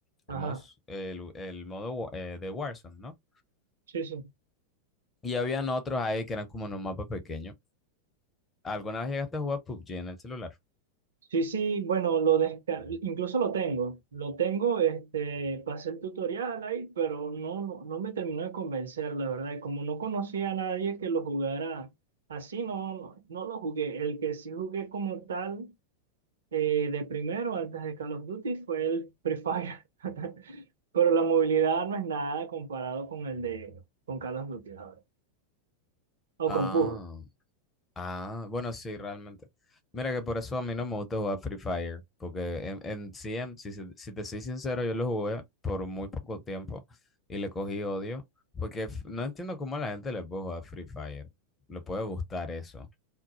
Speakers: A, on the left; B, on the right.
A: el,
B: ajá.
A: mos- el, el modo wa- eh, de Warzone, ¿no?
B: Sí, sí.
A: Y habían otros ahí que eran como en un mapa pequeño. ¿Alguna vez llegaste a jugar PUBG en el celular?
B: Sí, sí, bueno, lo desca- incluso lo tengo. Lo tengo, este, pasé el tutorial ahí, pero no, no, no me terminó de convencer, la verdad. Y como no conocía a nadie que lo jugara así, no, no, no lo jugué. El que sí jugué como tal eh, de primero, antes de Call of Duty, fue el Free Fire. <laughs> Pero la movilidad no es nada comparado con el de con Call of Duty, la verdad.
A: Ah,
B: O con PUBG.
A: ah, bueno, sí, realmente. Mira que por eso a mí no me gusta jugar Free Fire, porque en, en sí, en- si, se- si te soy sincero, yo lo jugué por muy poco tiempo y le cogí odio, porque f- no entiendo cómo a la gente le puede jugar Free Fire, le puede gustar eso,